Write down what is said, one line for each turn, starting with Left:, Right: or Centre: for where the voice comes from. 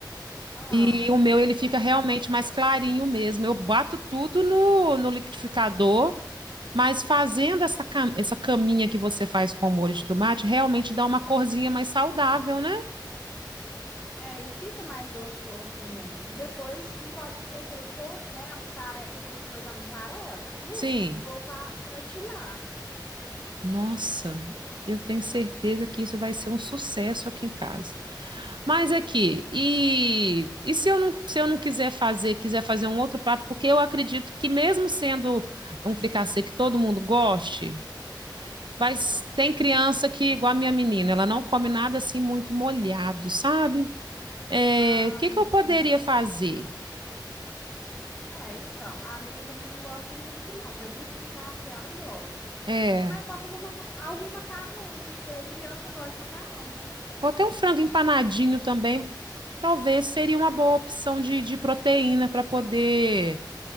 Left: Ah,
Right: E o meu, ele fica
Left: como
Right: realmente mais clarinho mesmo. Eu bato tudo no, no liquidificador, mas fazendo essa, cam- essa caminha que você faz com o molho de tomate, realmente dá uma corzinha mais saudável, né?
Left: É, e fica mais gostoso também. E depois, não pode esquecer de pôr, né, a mussarela, depois que pôs na mussarela, por último,
Right: Sim.
Left: pôr para gratinar.
Right: Nossa, eu tenho certeza que isso vai ser um sucesso aqui em casa. Mas aqui, e, e se eu não, se eu não quiser fazer, quiser fazer um outro prato, porque eu acredito que mesmo sendo um fricassê que todo mundo goste, vai,
Left: Ah,
Right: s- tem criança que, igual a minha menina, ela não come nada assim muito molhado, sabe? É,
Left: ah,
Right: o que que
Left: entendi.
Right: eu poderia fazer?
Left: É, então, a minha também não gosta muito, não, mas do fricassê ela gosta.
Right: É,
Left: Mas pode fazer maca- algum macarrão, porque criança gosta de macarrão, né?
Right: ou até um frango empanadinho também, talvez seria uma boa opção de, de proteína para poder